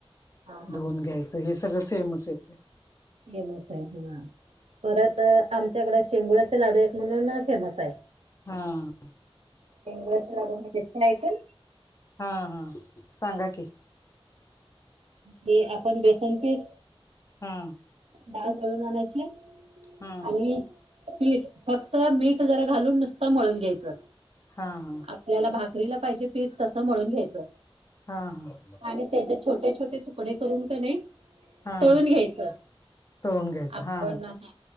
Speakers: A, on the right (about 80°); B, on the left (about 30°).
A: हां हां
B: धुन
A: हां
B: घ्यायचं हे सगळं सेमच येते.
A: फेमस आहे हा परत आमच्याकडे शेंगोळचे लाडू एक म्हणून फेमस आहे.
B: हा.
A: शेंगोळ्याचे लाडू माहितीत ऐकून?
B: हा हा सांगा की.
A: ते आपण बेसन पीठ.
B: हा.
A: डाळ घालून आणायची
B: हा
A: आणि मीठ फक्त मीठ जरा घालून नुसतं मळून घ्यायचं.
B: हां हां.
A: आपला भाकरीला पाहिजे पीठ तस म्हणून घ्यायचय
B: हा हा
A: आणि छोटे छोटे तुकडे करून का नाही.
B: हा
A: तळून घ्यायचं
B: तळून घ्यायचं
A: आपण
B: हा
A: ह.